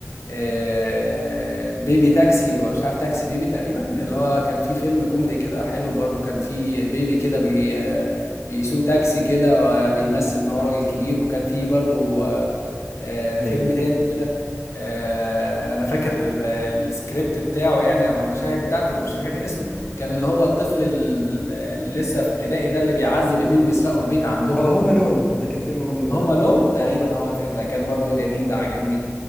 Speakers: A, on the left (about 65°); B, on the left (about 20°).
A: آه، بيبي تاكسي ولا مش عارف تاكسي بيبي تقريبا اللي هو كان فيه فيلم كوميدي كده حلو برضو كان فيه بيبي كده بي آه، بيسوق تاكسي كده وبيمثل ان هو راجل كبير وكان فيه برضو آه، آآ،
B: ايوه
A: فيلم تاني كده آآ، أنا فاكر آه، السكريبت بتاعه يعني أو المشاهد بتاعته أنا مش فاكر الاسم، كان اللي هو الطفل ال اللي لسه في ابتدائي ده اللي بيعذب اتنين بيسرقوا البيت عندهم
B: اه هوم الون ده كان فيلم هوم الون
A: هوم ألون تقريبا هو الفيلم ده، كان برضه جميل ده عاجبني.